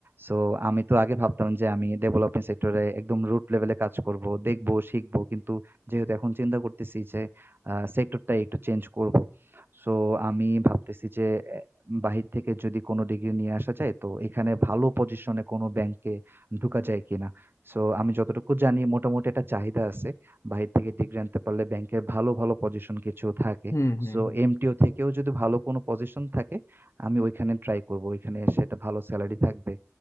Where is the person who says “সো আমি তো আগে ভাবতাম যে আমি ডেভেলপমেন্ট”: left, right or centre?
Right